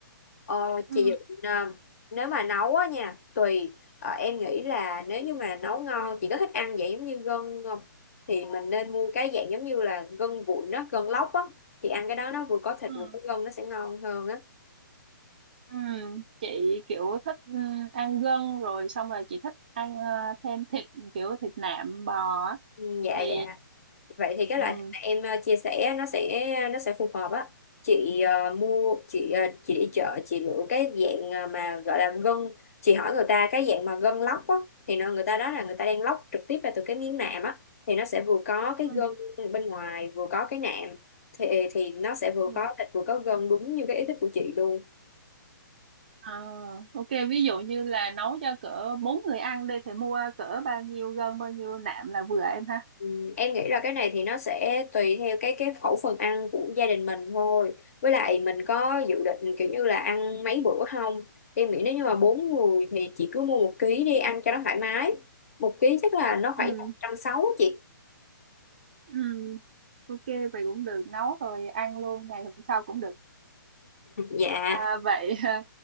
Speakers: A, on the left; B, on the right.
A: Ờ,
B: ừ,
A: chị ờ, nếu mà nấu á nha, tùy. Ờ, em nghĩ là nếu như mà nấu ngon, chị có thích ăn vậy giống như gân không? Thì mình nên mua cái dạng giống như là gân vụn đó, gân lóc á. Thì ăn cái đó nó vừa có thịt
B: ừ,
A: vừa có gân nó sẽ ngon hơn á.
B: ừ. Chị kiểu thích ừ, ăn gân rồi xong rồi chị thích ăn ờ, thêm thịt kiểu thịt nạm bò á.
A: Ừ, dạ
B: thì
A: dạ. vậy thì cái
B: ừ,
A: loại thịt mà em ờ, chia sẻ nó sẽ nó sẽ phù hợp á chị ờ, mua chị ờ, chị đi chợ chị lựa cái dạng ờ, mà gọi là gân chị hỏi người ta cái dạng mà gân lóc á thì nó người ta đó là người ta đang lóc trực tiếp ra từ cái miếng nạm á thì nó sẽ vừa có cái
B: ừ,
A: gân bên ngoài vừa có cái nạm thì thì nó sẽ vừa
B: ừ.
A: có thịt vừa có gân đúng như cái ý thích của chị luôn
B: Ờ, ok ví dụ như là nấu cho cỡ bốn người ăn đi thì mua cỡ bao nhiêu gân bao nhiêu nạm là vừa em ha.
A: Ừ, Em nghĩ là cái này thì nó sẽ tùy theo cái cái khẩu phần ăn của gia đình mình thôi. Với lại mình có dự định kiểu như là ăn mấy bữa không? Em nghĩ nếu như mà bốn người thì chị cứ mua một ký đi ăn cho nó thoải mái. Một ký chắc là nó
B: Ừ.
A: khoảng 160 chị.
B: Ừ, ok vậy cũng được nấu rồi ăn luôn ngày hôm sau cũng được
A: Dạ.
B: à, vậy <laughs>